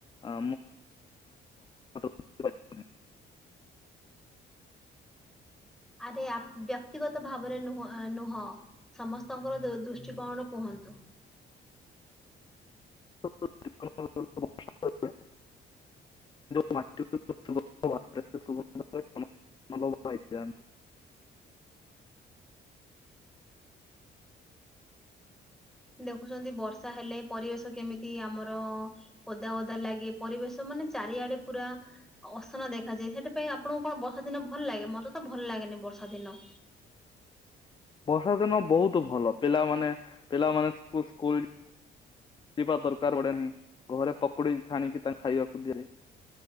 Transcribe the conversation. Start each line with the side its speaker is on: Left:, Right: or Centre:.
Left: ଆ <unintelligible>
Centre: ଆରେ ଆ ବ୍ୟକ୍ତିଗତ ଭାବରେ ନୁହ ନୁହଁ ସମସ୍ତଙ୍କର ଦୃ-ଦୃଷ୍ଟିକୋଣରୁ କୁହନ୍ତୁ।
Left: <unintelligible> <unintelligible> ଭାଇଯାନ।
Centre: ଦେଖୁଛନ୍ତି ବର୍ଷା ହେଲେ ପରିବେଶ କେମିତି ଆମର ଓଦା ଓଦା ଲାଗେ। ପରିବେଶ ମାନେ ଚାରିଆଡେ ପୁରା ଅସନା ଦେଖାଯାଏ। ସେଥିପାଇଁ ଆପଣଙ୍କୁ କଣ ବର୍ଷା ଦିନ ଭଲ ଲାଗେ ମତେ ତ ଭଲ ଲାଗେନି। ବର୍ଷା ଦିନ।
Left: ହ ବର୍ଷା ଦିନ ବହୁତ ଭଲ ପିଲାମାନେ ପିଲାମାନେ ସ୍କୁ-ସ୍କୁଲ ପିବା ଦରକାର ପଡ଼େ ନାହିଁ ଘରେ ପକୁଡ଼ି ଛାଣିକି ତାଙ୍କୁ ଖାଇବାକୁ ଦିଏ।